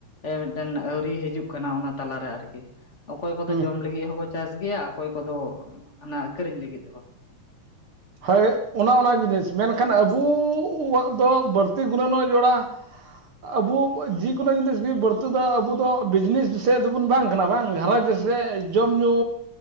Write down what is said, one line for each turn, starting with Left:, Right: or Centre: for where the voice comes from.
Left: ᱢᱤᱫᱴᱮᱱ ᱟᱹᱣᱨᱤ ᱦᱤᱡᱩᱜ ᱠᱟᱱᱟ ᱚᱱᱟ ᱛᱟᱞᱟ ᱨᱮ ᱟᱨᱠᱤ᱾ ᱚᱠᱚᱭ ᱠᱚᱫᱚ
Right: ᱦᱮᱸ
Left: ᱡᱚᱢ ᱞᱟᱹᱜᱤᱫ ᱦᱚᱸᱠᱚ ᱪᱟᱥ ᱜᱮᱭᱟ, ᱚᱠᱚᱭ ᱠᱚᱫᱚ ᱚᱱᱟ ᱟᱠᱷᱨᱤᱧ ᱞᱟᱹᱜᱤᱫ ᱦᱚᱸ᱾
Right: ᱦᱳᱭ ᱚᱱᱟ ᱚᱱᱟ ᱡᱤᱱᱤᱥ ᱢᱮᱱᱠᱷᱟᱱ ᱟᱵᱩᱣᱟᱜ ᱫᱚ ᱵᱟᱹᱲᱛᱤ ᱜᱩᱱᱟᱹᱱᱚᱜ ᱡᱚᱲᱟ, ᱟᱵᱚ ᱡᱮᱠᱳᱱᱳ ᱡᱤᱱᱤᱥᱜᱤ ᱵᱟᱹᱲᱛᱤ ᱫᱚ ᱟᱵᱚ ᱫᱚ ᱵᱤᱡᱽᱱᱮᱥ ᱥᱮᱫ ᱫᱚᱵᱚᱱ ᱵᱟᱝ ᱠᱟᱱᱟ ᱵᱟᱝ ᱜᱷᱟᱨᱚᱸᱡᱽ, ᱡᱮ ᱡᱚᱢ ᱧᱩ